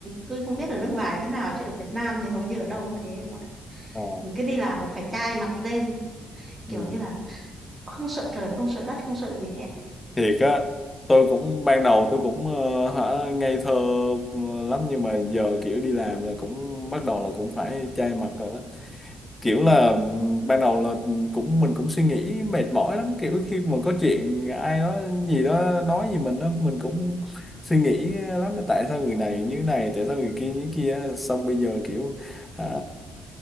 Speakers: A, on the right; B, on the left.
A: tôi không biết ở nước ngoài thế nào chứ ở Việt Nam thì hầu như ở đâu cũng thế không ạ?
B: ờ,
A: mình cứ đi làm là phải chai mặt lên kiểu
B: ừ.
A: như là không sợ trời không sợ đất không sợ gì hết
B: thiệt á tôi cũng ban đầu tôi cũng ờ, hả ngây thơ ừ, lắm nhưng mà giờ kiểu đi làm là cũng bắt đầu là cũng phải chai mặt rồi đó kiểu là ừm, ban đầu là ừ, cũng mình cũng suy nghĩ mệt mỏi lắm kiểu khi mà có chuyện ai đó gì đó nói gì mình á mình cũng suy nghĩ lắm là tại sao người này như này tại sao người kia như kia xong bây giờ kiểu hả,